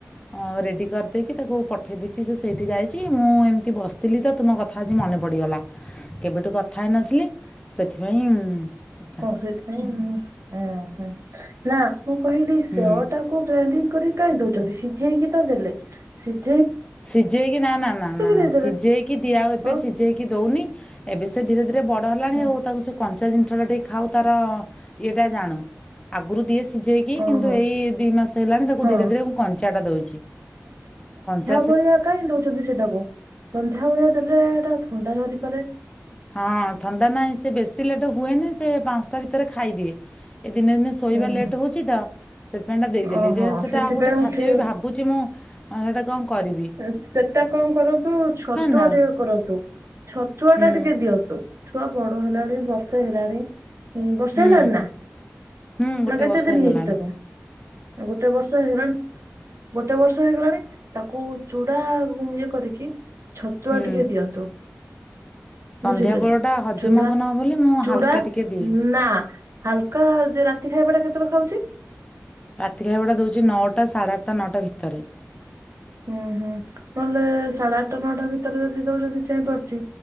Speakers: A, on the left; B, on the right.
A: ଅ ରେଡି କରିଦେଇକି ତାକୁ ପଠେଇଦେଇଛି, ସିଏ ସେଇଠି ଯାଇଛି ମୁଁ ଏମିତି ବସିଥିଲି ତ ତୁମ କଥା ଆଜି ମନେ ପଡ଼ିଗଲା, କେବେଠୁ କଥ ଥାଇ ନଥିଲି ସେଥିପାଇଁ ଆଛା
B: ହଁ ସେଥିପାଇଁ ହଁ। ଓ ହ ନା। ମୁଁ କହିଲି ସେଓ
A: ହୁଁ
B: ଟାକୁ ଗ୍ରାଇଣ୍ଡିଙ୍ଗ କାହିଁ ଦଉଛନ୍ତି ସିଝେଇକି ତ ଦେଲେ ସିଝ
A: ସିଝେଇକି ନା ନା ନା ନା ନା
B: ଦେଇଦେବେ
A: ସିଝେଇକି ଦିଆ ଆଉ ଏବେ
B: ହଁ
A: ସିଝେଇକି ଦଉନି ଏବେ ସେ ଧୀରେ ଧୀ ବଡ଼ ହେଲାଣି
B: ହଁ
A: ଆଉ ତାକୁ ସେ କ କଞ୍ଚା ଜିନିଷ ଟା ଟିକେ ଖାଉ ତାର ଇଏଟା ଜାଣୁ ଆଗରୁ ଦିଏ ସିଝେଇକି କିନ୍ତୁ
B: ଓହୋ
A: ଏଇ ଦି ମାସ ହେଲାଣି ତାକୁ
B: ହଁ
A: ଧୀରେ ଧୀରେ ମୁଁ କଞ୍ଚାଟା ଦଉଛି କଞ୍ଚ
B: ଭଳିଆ କାହିଁ ଦଉଛନ୍ତି ସେଇଟାକୁ ସନ୍ଧ୍ୟା ଭଳିଆ ଦେଲେ ଥଣ୍ଡା ଧରି ପାରେ।
A: ହଁ ଥଣ୍ଡା ନାହିଁ ସେ ବେଶୀ ଲେଟ ହୁଏନି ସେ ପାଞ୍ଚଟା ଭି ତରେ ଖାଇଦିଏ। ଏ ଦିନେ ଦିନେ ଶୋଇବା
B: ହୁଁ
A: ଲେଟ୍
B: ହୁଁ
A: ହଉଛି ତ ସେଥିପାଇଁ ଟା ଦେଇଦେଲି
B: ଓହୋ
A: ସେଇଟା
B: ସେଥିପାଇଁ
A: ଆଉ ଗୋଟେ
B: ମୁଁ
A: ଖାଦ୍ୟ
B: ଠିକ
A: ବି ଭାବୁଛି ମୁଁ ସେଇଟା କଣ କରି
B: ସେଟା କଣ କରନ୍ତୁ ଛତୁଆ
A: ନା
B: ଟିକେ କରନ୍ତୁ ଛତୁଆ
A: ହୁଁ
B: ଟା ଟିକେ ଦିଅନ୍ତୁ। ଛୁଆ ବଡ ହେଲାଣି ବର୍ଷେ ହେଲାଣି। ବର୍ଷେ
A: ହୁଁ
B: ହେଲାଣି ନା
A: ହୁଁ ଗୋଟେ
B: ନା କେତେ
A: ବର୍ଷ
B: ଦିନ୍
A: ହେଇଗଲାଣି
B: ହେଇଛି ତାକୁ ଗୋଟେ ବର୍ଷ ହେଇଗଲାଣି ଗୋଟେ ବର୍ଷ ହେଇଗଲାଣି ତାକୁ ତାକୁ ହୁ ଇଏ କରିକି ଛତୁଆ
A: ହୁଁ।
B: ଟିକେ ଦିଅନ୍ତୁ।
A: ସନ୍ଧ୍ୟା
B: ବୁଝିଲେ
A: ବେଳ ଟା ହଜମ
B: ଚୁଡା
A: ହବ ନହବ ବୋଲି ମୁଁ
B: ଚୁଡା
A: ହାଲକା ଟିକେ ଦିଏ
B: ନା ହାଲକା ଯେ ରାତି ଖାଇବା ଟା କେ କେତେବେଳେ ଖାଉଛି?
A: ରାତି ଖାଇବାଟା ଦଉଛି ନଅଟା ସାଢ଼େ ଆଠଟା ନଅଟା ଭିତରେ।
B: ଉଁ ହୁଁ ନହେଲେ ସାଢେ ଆଠଟା ନଅଟା ଭିତରେ ଯଦି ଦଉଛନ୍ତି ଚେଇଁ ପାରୁଛି